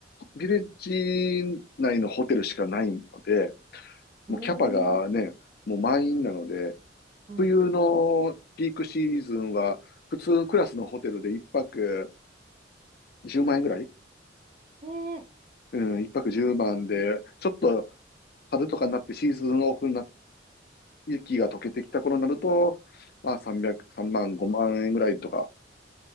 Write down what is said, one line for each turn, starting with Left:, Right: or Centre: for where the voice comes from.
Left: ビレッジ内のホテルしかないので、
Right: うーん。
Left: もうキャパがね、もう満員なので、
Right: はい。
Left: 冬のピークシーズンは、普通クラスのホテルで1泊10万円ぐらい
Right: ええ
Left: うん、1泊10万で、ちょっと春とかになってシーズンオフになって、雪が溶けてきた頃になると、まあ300、万、5万円ぐらいとか